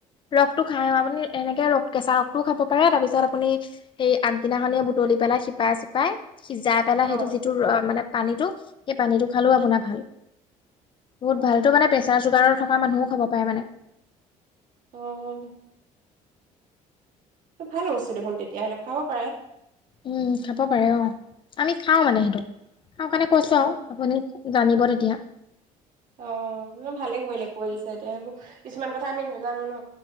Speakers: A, on the left; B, on the right.
A: ৰসটো খাই অ', আপুনি এনেকে ৰ কেঁচা ৰসটোও খাব পাৰে, তাৰ পিছত আপুনি সেই আগদিনাখনিয়ে বুটলি পেলাই শিপাই চিপাই সিজাই পেলাই
B: অ'।
A: সেইটো যিটো মানে পানীটো সেই পানীটো খালেও আপোনাৰ ভাল। বহুত
B: অ',
A: ভালো মানে প্ৰেচাৰ চুগাৰৰ থ কা মানুহো খাব পাৰে মানে।
B: আহ। ভাল বস্তু দেখোন তেতিয়াহলে খাব পাৰে।
A: উম খাব পাৰে অ আমি খাও মানে সেইটো। খাওঁ কাৰণে কৈছো
B: অ'।
A: আপুনি জানিব তেতিয়া?
B: অ ম ভালে কৰিলে কৰি দিছে। তেতিয়া সেইবোৰ কিছুমান কথা আমি নাজানো ন।